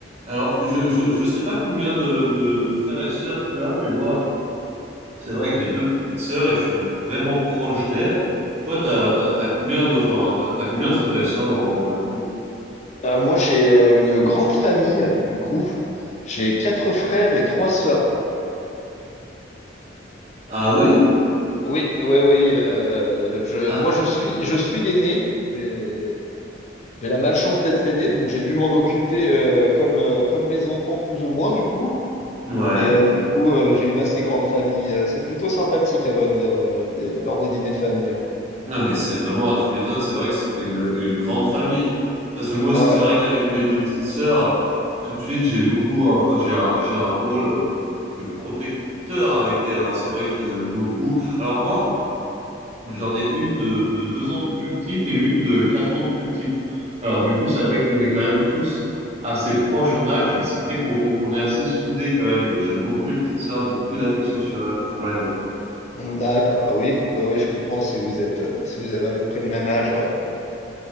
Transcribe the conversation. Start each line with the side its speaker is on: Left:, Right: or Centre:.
Right: Alors, tu- je, je, je sais pas combien de, de, de frères et sœurs tu as, mais moi, c'est vrai que j'ai deux petites sœurs et je suis vraiment proche d'elles. Toi, t'as, t'as, t'as combien de, enfin, t'as, t'as combien de frères et sœurs dans, dans ta famille?
Left: Euh, moi, j'ai euh, une grande famille, du coup. J'ai quatre frères et trois sœurs.
Right: Ah oui?
Left: Oui, oui, oui. euh, je,
Right: Ah,
Left: moi, je suis, je suis l'aîné. J'ai, j'ai la malchance d'être l'aîné, donc j'ai dû m'en occuper euh, comme, euh, comme mes enfants, plus ou moins, du coup.
Right: ouais.
Left: Mais euh, du coup, euh, j'ai une assez grande famille. Euh, C'est plutôt sympathique, à vrai dire, euh, des- lors des dîners de famille.
Right: Non, mais c'est vraiment, ah, tu m'étonnes, c'est vrai que ça fait une, une grande famille. Parce que moi aussi,
Left: Ouais.
Right: c'est vrai qu'avec mes deux petites sœurs, euh, tout de suite, j'ai beaucoup, un- j'ai un, j'ai un rôle euh, de protecteur avec elles, hein. C'est vrai que je les aime beaucoup. Alors moi, J'en ai une de, de deux ans de plus petite et une de quatre ans de plus petite. Alors du coup, ça fait qu'on est quand même tous assez proches en âge, ce qui fait qu'on qu'on est assez soudés quand même. J'aime beaucoup mes petites sœurs, j'ai beaucoup d'affection sur euh, pour elles.
Left: D'accord. Ah Oui, oui, oui, je comprends si vous êtes, euh, si vous avez à peu près le même âge. Ouais.